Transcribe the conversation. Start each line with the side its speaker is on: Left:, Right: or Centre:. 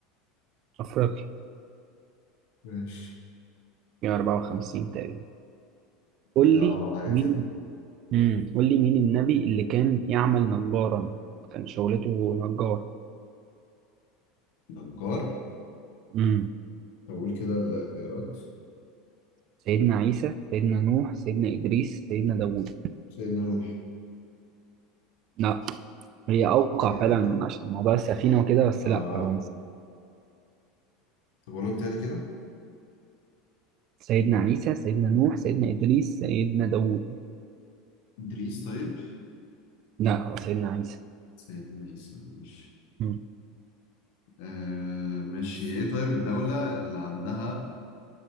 Right: أفريقيا
Left: ماشي
Right: يا 54 تقريبا قول
Left: اه آه،
Right: لي
Left: حاجة
Right: مين
Left: كده
Right: امم قول لي مين النبي اللي كان يعمل نجارا كان شغلته نجار
Left: نجار
Right: امم
Left: طب قول كده الخيارات
Right: سيدنا عيسى سيدنا نوح سيدنا إدريس سيدنا داوود
Left: سيدنا نوح
Right: لا هي أوقع
Left: ايه
Right: فعلا
Left: إيه ده
Right: عشان موضوع السفينة وكده بس
Left: اه
Right: لأ هو مش
Left: طب قولهم تاني كده
Right: سيدنا عيسى سيدنا نوح سيدنا إدريس سيدنا داوود
Left: إدريس طيب
Right: لأ هو سيدنا عيسى
Left: سيدنا عيسى ماشي
Right: مم.
Left: آه ماشي ايه طيب الدولة اللي عندها